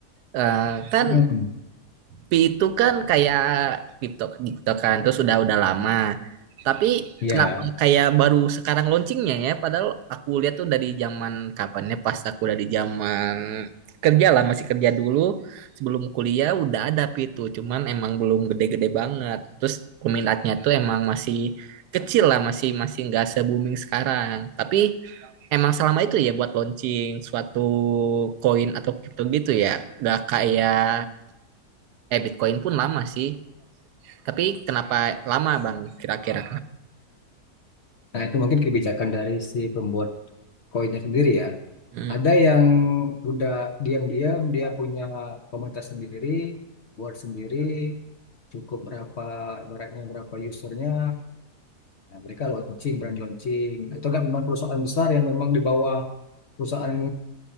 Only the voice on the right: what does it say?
Eh, kan
Pi itu kan kayak kripto gitu kan, terus udah udah lama. Tapi
kenapa kayak baru sekarang launchingnya ya? Padahal aku lihat tuh dari zaman kapan ya? Pas aku dari zaman kerja lah, masih kerja dulu. Sebelum kuliah udah ada Pi itu, cuman emang belum gede-gede banget. Terus peminatnya tuh emang masih kecil lah masih masih nggak se booming sekarang tapi emang selama itu ya buat launching suatu koin atau kripto gitu ya nggak kayak eh Bitcoin pun lama sih tapi kenapa lama bang kira-kira
Hmm.